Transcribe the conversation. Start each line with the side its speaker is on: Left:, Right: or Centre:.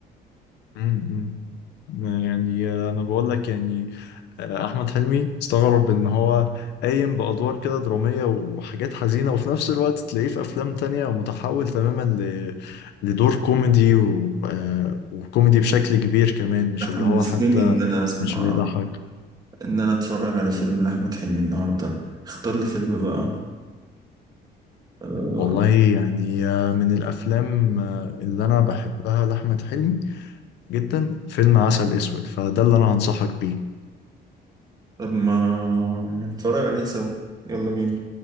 Left: امم ما يعني انا بقول لك يعني آه، احمد حلمي استغرب ان هو قايم بادوار كده دراميه وحاجات حزينه وفي نفس الوقت تلاقيه في افلام تانية متحول تماما ل... لدور كوميدي و... آه، وكوميدي بشكل كبير كمان مش
Right: ده حمستني
Left: اللي هو حتى
Right: إن أنا أسمع
Left: مش بيضحك
Right: إن أنا أتفرج على فيلم لأحمد حلمي النهاردة اختار لي فيلم بقى آه،
Left: والله يعني آه، من الافلام آه، اللي انا بحبها لاحمد حلمي جدا فيلم عسل اسود فده اللي انا هنصحك بيه
Right: طب ما نتفرج عليه سوا يلا بينا